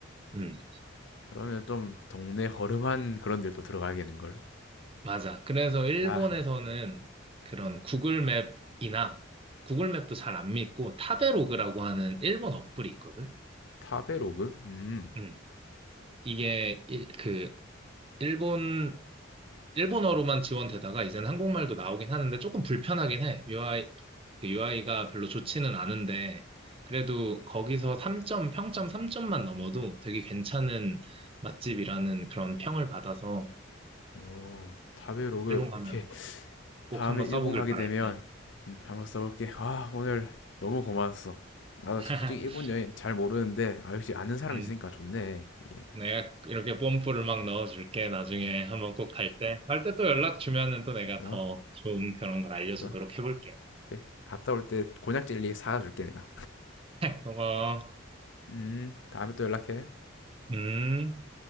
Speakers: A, on the right (about 25°); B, on the left (about 65°).
A: 음,
B: 그러면 좀 동네 허름한 그런 데도 들어가야겠는걸?
A: 맞아. 그래서 일본에서는
B: 아,
A: 그런 구글맵이나 구글맵도 잘 안 믿고 타베로그라고 하는 일본 어플이 있거든.
B: 타베로그? 음,
A: 음, 이게 일, 그 일본 일본어로만 지원되다가 이제는 한국말도 나오긴 하는데 조금 불편하긴 해. 유아이 그 UI가 별로 좋지는 않은데, 그래도 거기서 3점, 평점 3점만 넘어도 되게 괜찮은 맛집이라는 그런 평을 받아서
B: 오, 타베로그,
A: 일본 가면
B: 오케이. 다음에
A: 꼭 한번
B: 일본
A: 써보길
B: 가게
A: 바랄게.
B: 되면, 음, 한번 써볼게. 아, 오늘 너무 고마웠어. 나도
A: <laughs>
B: 솔직히 일본 여행 잘 모르는데, 아, 역시 아는 사람
A: 음,
B: 있으니까 좋네. 예.
A: 내가 이렇게 뽐뿌를 막 넣어줄게. 나중에 한번 꼭 갈 때. 갈 때 또 연락 주면은 또 내가
B: 어?
A: 더 좋은 그런 걸 알려주도록
B: 어?
A: 해볼게.
B: 오케이. 갔다 올 때 곤약 젤리 사다 줄게, 내가.
A: 고마워.
B: 음, 다음에 또 연락해.
A: 음.